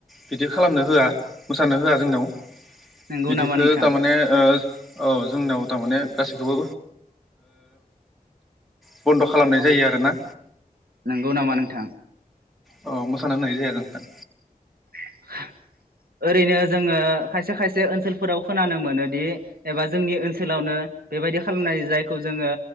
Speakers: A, in the centre; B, on the right (about 85°).
A: बिदि खालामनो होआ मोसानो होआ जोंनियाव।
B: नंगौ
A: बिदिखो
B: नामा नोंथां
A: थारमाने ओ औ जोंनाव थारमाने गासिखोबो ओ बन्द' खालामनाय जायो आरोना।
B: नोंगौ नामा नोंथां?
A: अ मोसानाय नायजाया नोंथां।
B: <inaudible> ओरैनो जोङो खायसे खायसे ओनसोलफोराव खोनानो मोनोदि एबा जोंनि ओनसोलावनो बेबायदि खालामनाय जायखौ जोङो‌